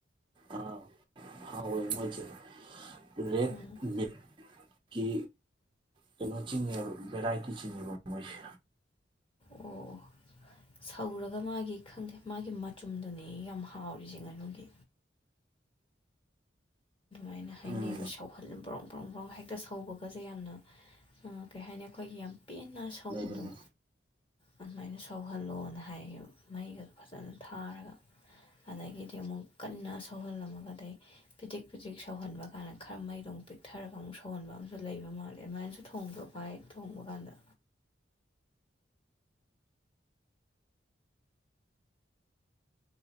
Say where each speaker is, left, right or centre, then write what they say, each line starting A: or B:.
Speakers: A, on the right; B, on the left.
A: ꯑ ꯍꯥꯎꯋꯦ ꯃꯣꯏꯁꯦ ꯔꯦꯠ
B: ꯎꯝ
A: ꯃꯤꯠꯀꯤ, ꯀꯩꯅꯣ ꯆꯤꯡꯉꯦꯕ ꯚꯦꯔꯥꯏꯇꯤ ꯆꯤꯡꯉꯦꯕ ꯃꯣꯏꯁꯦ꯫
B: ꯑꯣ ꯑꯣ ꯁꯧꯔꯒ ꯃꯥꯒꯤ ꯈꯪꯗꯦ ꯃꯥꯒꯤ ꯃꯆꯨꯝꯗꯨꯅꯦ ꯌꯥꯝ ꯍꯥꯎꯔꯤꯁꯦ ꯉꯥꯅꯨꯒꯤ꯫ ꯃꯥꯏꯅ ꯍꯥꯏꯅꯩꯌꯦꯕ
A: ꯎꯝ
B: ꯁꯥꯎꯍꯜꯂ ꯕ꯭ꯔꯣꯡ ꯄ꯭ꯔꯧ ꯄ꯭ꯔꯣꯡ ꯍꯦꯛꯇ ꯁꯧꯕꯒꯁꯦ ꯌꯥꯝꯅ, ꯑ ꯀꯩ ꯍꯥꯏꯅꯤ ꯑꯩꯈꯣꯏꯒꯤ ꯌꯥꯝ ꯄꯦꯟꯅ ꯁꯧꯕꯗꯣ
A: ꯂꯩꯕꯅꯤ
B: ꯑꯗꯨꯃꯥꯏꯅ ꯁꯧꯍꯜꯂꯣꯅ ꯍꯥꯏꯌꯕꯦ ꯃꯩꯒꯗꯣ ꯐꯖꯅ ꯊꯥꯔꯒ꯫ ꯑꯗꯒꯤꯗꯤ ꯑꯃꯨꯛ ꯀꯟꯅ ꯁꯧꯍꯜꯂꯝꯃꯒꯗꯩ ꯄꯤꯗꯤꯛ-ꯄꯤꯗꯤꯛ ꯁꯧꯍꯟꯕ ꯀꯥꯟꯗ ꯈꯔ ꯃꯩꯗꯣ ꯑꯃꯨꯛ ꯄꯤꯛꯊꯔꯒ ꯑꯃꯨꯛ ꯁꯧꯍꯟꯕ ꯑꯃꯨꯛꯁꯨ ꯂꯩꯕ ꯃꯥꯜꯂꯦ, ꯑꯗꯨꯃꯥꯏꯅꯁꯨ ꯊꯣꯡꯕ꯭ꯔꯣ ꯃꯥꯥꯏ ꯊꯣꯡꯕ ꯀꯥꯟꯗ꯫